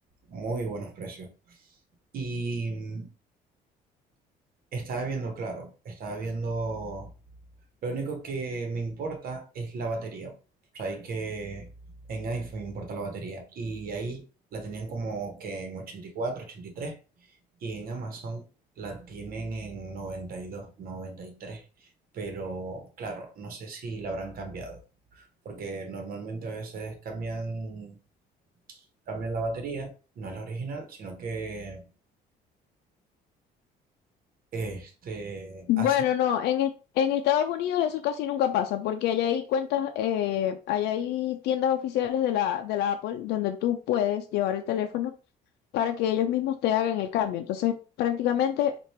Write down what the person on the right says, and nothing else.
muy buenos precios. Y mm, estaba viendo, claro, estaba viendo, lo único que me importa es la batería. O sea, hay que en iPhone importa la batería. Y ahí la tenían como que en 84, 83. Y en Amazon la tienen en noventa noventa y dos noventa y tres pero claro, no sé si la habrán cambiado, porque normalmente a veces cambian, cambian la batería, no es la original, sino que este,
así,